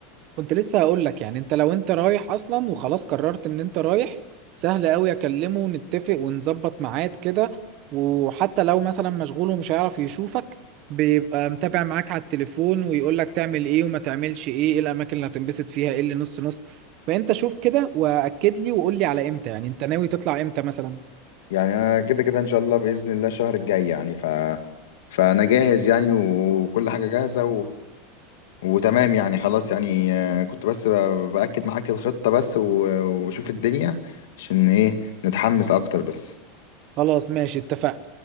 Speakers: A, on the right; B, on the left.
A: كنت لسه هقول لك يعني انت لو انت رايح اصلا وخلاص قررت ان انت رايح سهل قوي اكلمه ونتفق ونظبط ميعاد كده وحتى لو مثلا مشغول ومش هيعرف يشوفك بيبقى متابع معاك على التليفون ويقول لك تعمل ايه وما تعملش ايه ايه الاماكن اللي هتنبسط فيها ايه اللي نص نص فانت شوف كده واكد لي وقول لي على امتى يعني انت ناوي تطلع امتى مثلا
B: يعني انا كده كده ان شاء الله باذن الله الشهر الجاي يعني ف فانا جاهز يعني وكل حاجه جاهزه وتمام يعني خلاص يعني آه، كنت بس ب- بأكد معاك الخطة بس و- وبشوف الدنيا عشان ايه نتحمس اكتر بس
A: خلاص ماشي اتفقنا